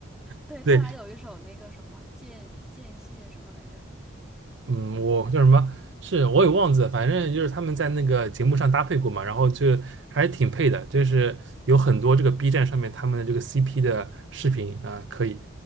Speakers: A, on the right (about 65°); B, in the centre.
A: <laughs>
B: 对，他俩有一首那个什么《见见信》什么来着？
A: 对。嗯，我叫什么？是我也忘记了，反正就是他们在那个节目上搭配过嘛，然后就还挺配的，就是有很多这个 B 站上面他们的这个 CP 的视频啊，可以，